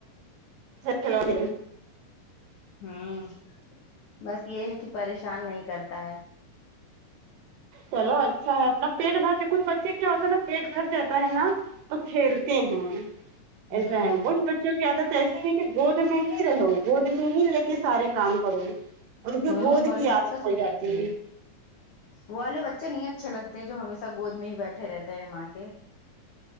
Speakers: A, on the right; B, on the left.
A: سچ چلو ہ
B: ہوں بس یہ ہے کہ پریشان نہیں کرتا ہے
A: چلو اچھا ہے اپنا پیٹ بھر کچ بچے کیا ہوتا ہے نا پیٹ بھر جاتا ہے نا تو کھیلتے ہیں ایسا
B: ہوں
A: ہے وہ بچوں کی عادت ایسی ہے کہ گود میں ہی رہو گود میں ہی لے کے سارے کام کرو ان کے
B: ہوں
A: گود
B: بڑی
A: کی
B: دقت
A: عادت ہو جاتی
B: ہے
A: گی
B: وہ والے بچے نہیں اچھے لگتے جو ہمیشہ گود میں ہی بیٹھے رہتے ہیں ماں کے